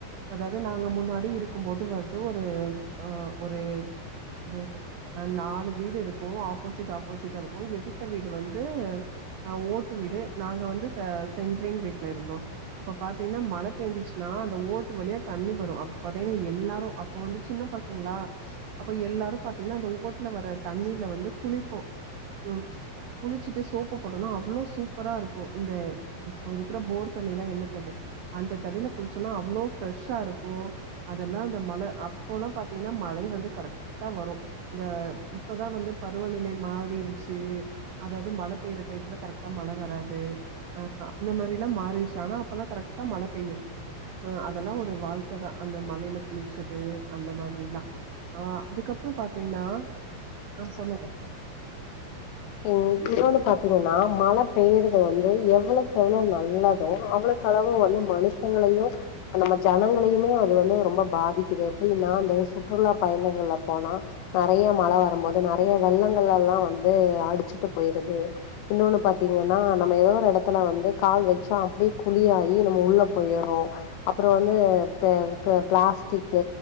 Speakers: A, on the right; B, on the left.
A: அதாவது நாங்க முன்னாடி இருக்கும்போது வந்து ஒரு ஆ ஒரு ஒரு அ நாலு வீடு இருக்கு ஆப்போசிட் ஆப்போசிட்டா இருக் கு எதித்த வீடு வந்து அ ஓட்டு வீடு நாங்க வந்து தா சென்ட்ரிங் வீட்ல இருந்தோ அப்ப பாத்தீங்கன்னா மழ பெஞ்சிச்சுனா அந்த ஓட்டு வழியா தண்ணி வரு அப்ப பாத்தீங்கன்னா எல்லாரு அப்போ வந்து சின் ன பசங்களா அப்ப எல்லாரு பாத்தீங்கன்னா அந்த ஓட்டுல வர தண்ணில வந்து குளிப்போ ம் குளிச்சுட்டு சோப்பு போட்டோம்னா அவ்ளோ சூப்பரா இருக்கு இந்த இப்போ இருக்குற போர் தண்ணி ல என்ன தண்ணி அந்த தண்ணியில குளிச்சோனா அவ்ளோ பிரெஷ்ஷா இருக்கு அதெல்லா அந்த மழ அப் போலா பா்த்தீங்கன்னா மழை வந்து கரெக்டா வரு இந்த இப்போதா வந்து பருவநிலை மாறிருச் சு அதாவது மழ பெய்ற டயத்துல கரெக்டா மழ வராது அந்த மாரிலா மாறிட்சு ஆனா அப்பல்லா கரக்டா மழ பெய்யு அ அதெல்லா ஒரு வாழ்க்கதா அந்த மலையில குளிச்சது அந்த மாதிரில்லா ஆ அதுக்கப்புறோ பாத்தீங்கன்னா ஆ சொல்லுங்க
B: ம் இன்னொன்னு பாத்தீங்கன்னா மழ பெய்யறது வந்து எவ்ளோக்கு எவ்ளோ நல்லதோ அவ்ளோ கு அவ்ளோ வந்து மனுஷங்களையு நம்ம ஜனங்களையுமே அது வந்து ரொம்ப பாதிக்குது எப்டின்னா அந்த சுற்றுலா பயணங்கள்ல போனா நெறைய மழ வரும்போது நெறைய வெள்ளங்கள் எல்லா வந்து அடிச்சுட்டு போயிருது இன்னொன்னு பாத்தீங்கன்னா நம்ம ஏ ஒரு எடத்துல வந்து கால் வச்சா அப்டியே குளிரு ஆகி நம்ம உள்ள போயிறோ அப்புறோ வந்து ப ப பிளாஸ்டிக்